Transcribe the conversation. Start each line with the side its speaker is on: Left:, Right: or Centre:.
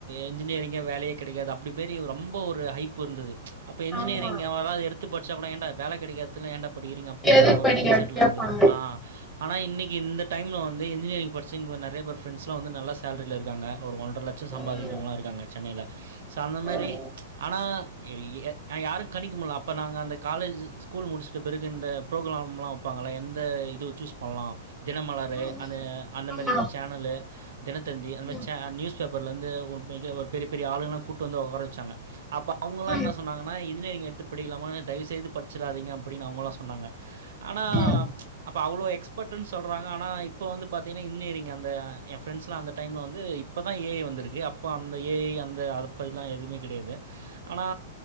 Right: என்ஜினியரிங்கே வேலையே கெடைக்காது அப்டி மாரி ரொம்ப ஒரு ஹைப் இருந்துது. அப்ப என்ஜினியரிங்
Centre: ஆமா
Right: யாராது எடுத் து பட்ச்சா கூட ஏண்டா வேல கெடைக்காதல்லா ஏண்டா படிக்கிறீங்க அப்டின்ற
Centre: எதுக்கு
Right: ஒரு
Centre: படிக்க
Right: மைண்ட்
Centre: அப்டி
Right: செட்ல
Centre: கேப்பாங்க
Right: இருந்துது ஆ ஆனா இன்னக்கி இந்த டைம்ல வந்து இன்ஜினியரிங் படிச்சு இங்க வந் நெறைய பேர் ஃப்ரெண்ட்ஸ்லா வந்து நல்ல சேல்ரில இருக்காங்க ஒரு ஒன்ர லட்சோ
Centre: ம்
Right: சம்பாதிக்கிறவங்கல்லா இருக்காங்க சென்னைல சோ அந்த மாரி
Centre: ம்
Right: ஆனா ய் ய ய ஆ யாரு கணிக்க முடில அப்போ நாங்க அந்த காலேஜு ஸ்கூல் முடிச்சட்ட பிறகு இந்த ப்ரோக்ராம்லா வப்பாங்ல்ல எந்த இது சூஸ் பண்லா தினமலரு
Centre: ம்
Right: அது அந்த
Centre: ஆமா
Right: மாரி சேனலு தினத்தந்தி அந்த மாரி
Centre: ம்
Right: சே ஆ நியூஸ் பேப்பர்ல இருந்து ஒரு உண்மைக்கே ஒரு பெரிய பெரிய ஆளுகல்லா கூட்டு வந்து உக்கார வச்சாங்க. அப்போ அவங்கல்லா
Centre: ம்
Right: என்ன சொன்னாங்கன்னா இன்ஜினியரிங் எடுத்து படிக்கலாமானு தயவு செய்து படிச்சிறாதிங்க அப்பிடினு அவங்கல்லா சொன்னாங்க. ஆனா
Centre: ம்
Right: அப்போ அவ்ளோ எக்ஸ் க்ஸ்பர்ட்டுன்னு சொல்றாங்க ஆனா இப்ப வந்து பாத்தீங்கன்னா இன்ஜினியரிங் அந்த என் ஃப்ரெண்ட்ஸ்லா அந்த டைம்ல வந்து இப்பதா ஏ ஐ வந்திருக்கு அப்போ அந்த ஏ ஐ அந்த அத பத்திலா எதுமே கெடையாது. ஆனா